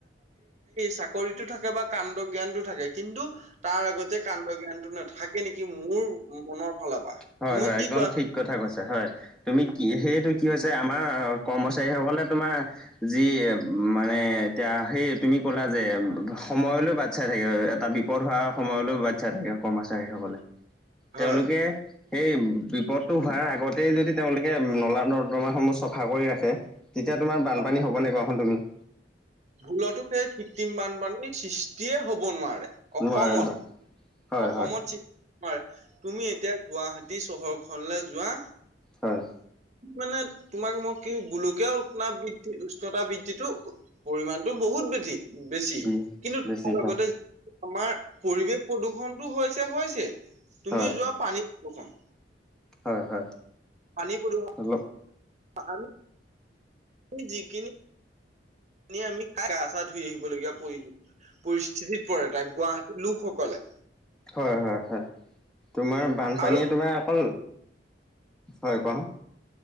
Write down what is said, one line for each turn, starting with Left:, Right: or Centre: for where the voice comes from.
Right: চাকৰিটো থাকে বা কাণ্ড জ্ঞানটো থাকে। কিন্তু তাৰ গতে কাণ্ড জ্ঞানটো নাথাকে নেকি, মোৰ মনৰ ফালৰ পৰা
Centre: হয়
Right: তুমি
Centre: - হয়,
Right: কি
Centre: একদম
Right: কোৱা
Centre: ঠিক কথা কৈছে, হয়। তুমি কি, সেয়েটো কি হৈছে, আমাৰ কৰ্মচাৰীসকলে তোমাৰ যি মানে এতিয়া সেই তুমি ক'লা যে সময়লৈ বাট চাই থাকে, এটা বিপদ হোৱা সময়লৈ বাট চাই থাকে কে কৰ্মচাৰীসকলে। তেওঁলোকে
Right: হয়
Centre: সেই বিপদটো হোৱাৰ আগতেই যদি তেওঁলোকে নলা-নৰ্দমাসমূহ চফা কৰি ৰাখে তেতিয়া তোমাৰ বানপানী
Right: অ
Centre: হ'বনে, কোৱাচোন তুমি?
Right: ভুলতো সেই কৃত্ৰিম বানপানীৰ সৃষ্টিয়ে হব নোৱাৰে। অসমত-
Centre: নোৱাৰে নোৱাৰে হয়
Right: অসমত
Centre: হয়
Right: চি <inaudible> তুমি এতিয়া গুৱাহাটী চহৰখনলে যোৱা
Centre: হয়
Right: মানে তোমাক মই কি গোলকীয় উত্তাপ বৃদ্ধি, উষ্ণতা বৃদ্ধিটো পৰিমাণটো বহুত বৃদ্ধি- বেছি।
Centre: বি
Right: কিন্তু
Centre: বেছি
Right: তাৰ লগতে
Centre: হয়
Right: আমাৰ পৰিৱেশ প্ৰদূষণটো হৈছে, হৈছে। তুমি
Centre: হয়
Right: যোৱা পানী প্ৰদূষণ
Centre: হয় - হয়।
Right: পানী প্ৰদূষ
Centre: অলপ
Right: অহ, আৰু জি কিনে আমি - আমি গা- চা ধুই আহিবলগীয়া পৰি- পৰিস্থিতিত পৰে তাই গুৱাহাটী লোকসকলে
Centre: হয় -হয় -হয় তোমাৰ বানপানীয়ে
Right: আৰু
Centre: তোমাৰ অকল হয় কোৱা